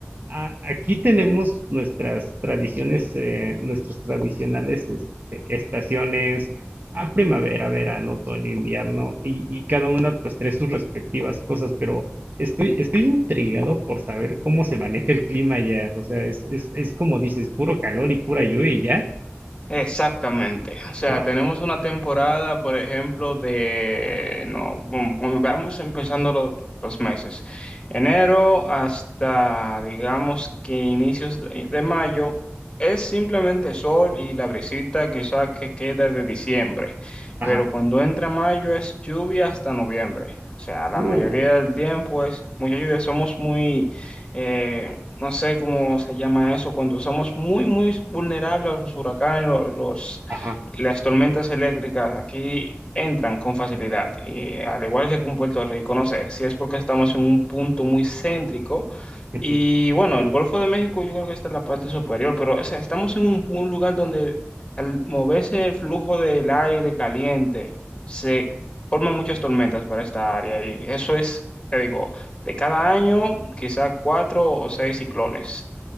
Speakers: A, on the right; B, on the left.
A: a- aquí tenemos nuestras tradiciones, eh, nuestras tradicionales este, estaciones a primavera, verano, otoño, invierno, y, y cada una pues trae sus respectivas cosas, pero estoy, estoy intrigado por saber cómo se maneja el clima allá. O sea, es, es, es como dices, puro calor y pura lluvia y ya.
B: Exactamente. O sea,
A: Wow.
B: tenemos una temporada, por ejemplo, de, no, mm, mm, vamos empezando lo- los meses. Enero hasta, digamos que inicios de, de mayo, es simplemente sol y la brisita quizá que queda de diciembre.
A: Ajá.
B: Pero cuando entra mayo es lluvia hasta noviembre. O sea, la
A: Uh,
B: mayoría del tiempo es mucha lluvia. Somos muy, eh, no sé cómo se llama eso, cuando somos muy, muy vulnerables a los huracanes, lo- los,
A: ajá.
B: las tormentas eléctricas, aquí entran con facilidad, y al igual que con Puerto Rico, no sé si es porque estamos en un punto muy céntrico.
A: <laughs>
B: Y bueno, el Golfo de México yo creo que está en la parte superior, pero o sea, estamos en un, un lugar donde al moverse el flujo del aire caliente se forman muchas tormentas para esta área y eso es, te digo, de cada año, quizá cuatro o seis ciclones.